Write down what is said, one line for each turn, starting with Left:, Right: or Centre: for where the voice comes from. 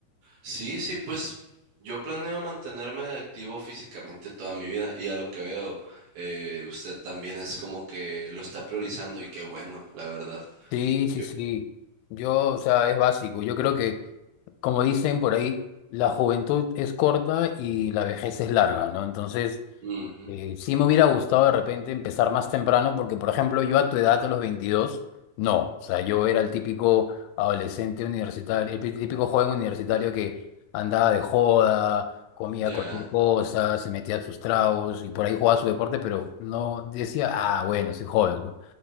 Right: Sí, sí, pues yo planeo mantenerme activo físicamente toda mi vida y a lo que veo, eh, usted también es como que lo está priorizando y qué bueno, la verdad.
Left: Sí, sí,
Right: Yo-
Left: sí. Yo, o sea, es básico. Yo creo que, como dicen por ahí, la juventud es corta y la vejez es larga, ¿no? Entonces,
Right: mm,
Left: Eh, sí me hubiera gustado de repente empezar más temprano porque, por ejemplo, yo a tu edad, a los 22, no. O sea, yo era el típico adolescente universitario, el pi- típico joven universitario que andaba de joda, comía
Right: ya,
Left: cualquier cosa, se metía sus tragos y por ahí jugaba su deporte, pero no decía, ah, bueno, soy joven, ¿no?